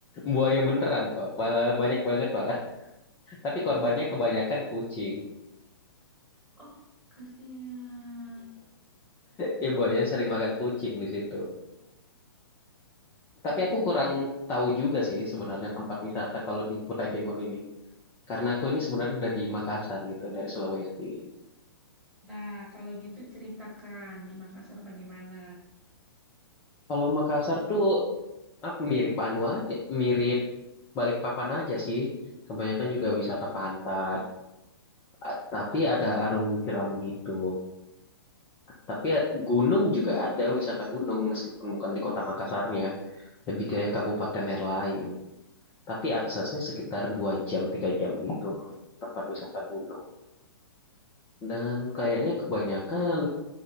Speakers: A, on the left; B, in the centre.
A: buaya beneran kok, malah banyak banget malah. Tapi korbannya
B: <laughs>
A: kebanyakan kucing.
B: Oh, kasihan.
A: Iya, buaya sering makan kucing di situ. Tapi
B: Oh,
A: aku
B: gitu.
A: kurang tahu juga sih sebenarnya tempat wisata kalau di Kutai Timur ini. Karena aku ini sebenarnya dari Makassar gitu, dari Sulawesi.
B: Nah, kalau gitu ceritakan di Makassar bagaimana?
A: Kalau Makassar tuh apa, mirip anu aja, mirip Balikpapan aja sih. Kebanyakan juga wisata pantai, A- tapi ada arum jeram gitu. Tapi ya, gunung juga ada wisata gunung meskipun bukan di kota Makassarnya, lebih ke kabupaten yang lain. tapi aksesnya sekitar 2 jam, 3 jam gitu ke tempat wisata gunung. Dan kayaknya kebanyakan